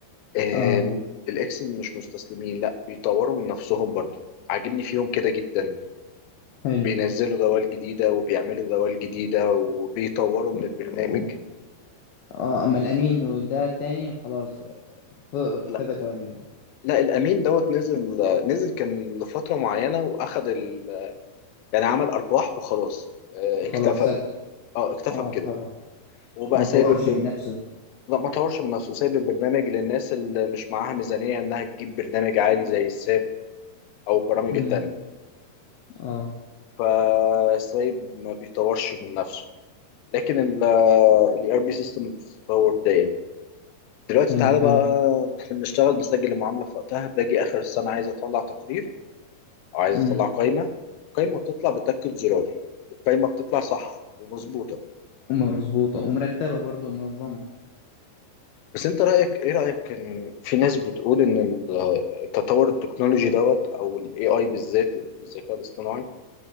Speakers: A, on the left (about 85°); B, on the left (about 70°).
A: آم،
B: اه
A: الاكسل مش مستسلمين لا بيطوروا من نفسهم برضه عاجبني فيهم كده جدا
B: حلو
A: بينزلوا دوال جديده وبيعملوا دوال جديده وبيطوروا من
B: و-
A: البرنامج
B: اه اما الامين وده التاني خلاص ف-
A: لا
B: ثبتوا على ال-
A: لا الامين دوت نزل نزل كان لفتره معينه واخد ال... يعني عمل ارباح وخلاص آه،
B: خلاص
A: اكتفى
B: سك
A: ب- اه اكتفى
B: اه
A: بكده
B: خلاص
A: وبقى
B: ما
A: سايب
B: تطورش
A: البر...
B: من نفسها
A: لا ما طورش من نفسه سايب البرنامج للناس اللي مش معاها ميزانية انها تجيب برنامج عالي زي الساب او البرامج
B: امم
A: التانية
B: اه
A: فسايب ما بيطورش من نفسه لكن ال ار بي سيستم بتتطور دايم دلوقتي
B: حلو
A: تعالى
B: حلو
A: بقى احنا بنشتغل بسجل المعاملة في وقتها باجي اخر السنة عايز اطلع تقرير او عايز
B: امم
A: اطلع قائمة القائمة بتطلع بتاكد زرار القائمة بتطلع صح ومظبوطة
B: ومظبوطة ومرتبة برضه ومنظمة
A: بس انت رأيك ايه رأيك ان في ناس بتقول ان ال- التطور التكنولوجي دوت او الاي اي بالذات الذكاء الاصطناعي